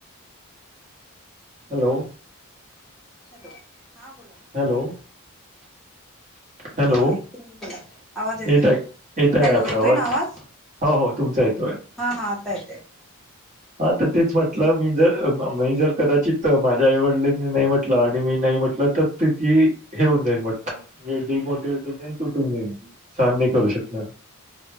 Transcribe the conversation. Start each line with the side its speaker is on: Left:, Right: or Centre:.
Right: हॅलो.
Centre: हॅलो हा बोला.
Right: हॅलो. हॅलो.
Centre: हा ऐकतो मी बोला आवाज येतोय
Right: येत आहे येत आहे
Centre: हॅलो
Right: आता
Centre: येतोय ना आवाज
Right: हो हो तुमचा येतोय.
Centre: हा हा आता येत आहे
Right: हा तर तेच म्हटलं. मी जर मी जर कदाचित माझ्या आईवडलांनी नाही म्हटलं आणि मी नाही म्हटलं तर तिथी हेऊन जाईन म्हटणारे डीमोटि वेट होऊन जाईन तुटून जाईन सहन नाही करू शकणार.